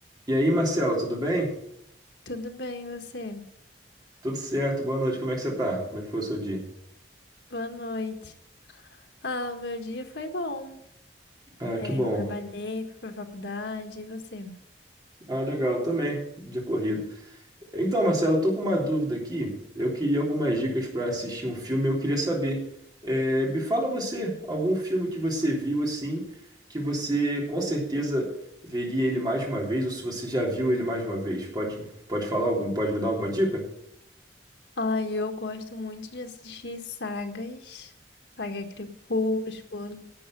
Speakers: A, on the right; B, on the left.
A: E aí, Marcelo, tudo bem?
B: Tudo bem, e você?
A: Tudo certo, boa noite, como é que você tá? Como é que foi o seu dia?
B: Boa noite. Ah, o meu dia foi bom.
A: Ah,
B: É,
A: que bom.
B: trabalhei, fui pra faculdade, e você?
A: Ah, legal, também, dia corrido. Então, Marcelo, eu tô com uma dúvida aqui. Eu queria algumas dicas para assistir um filme, eu queria saber. eh, me fala você, algum filme que você viu assim, que você com certeza veria ele mais de uma vez, ou se você já viu ele mais de uma vez. Pode, pode falar algum, pode me dar alguma dica?
B: Ah, eu gosto muito de assistir sagas, saga Crepúsculo,